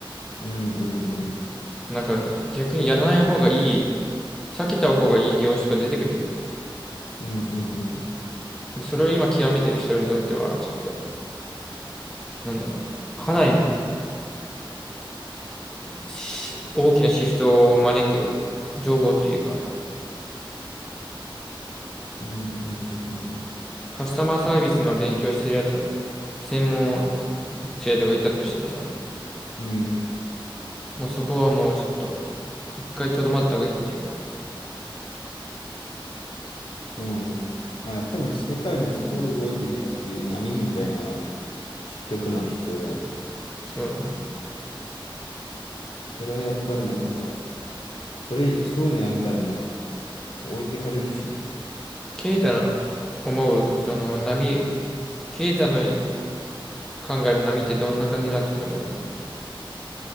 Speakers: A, on the left; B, in the centre.
A: うん、うん、うん、
B: なんか逆にやらない方がいい、避けた方がいい業種が出てくるやん。
A: うん、うん、うん、
B: で、それを今極めてる人にとっては、ちょっと、なんだろう、かなりし大きなシフトを招く情報っていうか、
A: うん、うん、
B: カスタマーサービスの勉強してるやつ、専門生徒がいたとしたらさ、
A: うん、うん、うん、
B: もうそこはもうちょっと、一回とどまった方がいいっていうか、
A: そうね。まあ、やっぱりでも世界のどう動いてるかっていう波みたいな、知っとくのは必要だよね。
B: そうだね。
A: それはやっぱりなんか、それ、そういうのやめたらもう置いてかれるしね。
B: ケイタの思う、その波、ケイタのい考える波ってどんな感じになってると思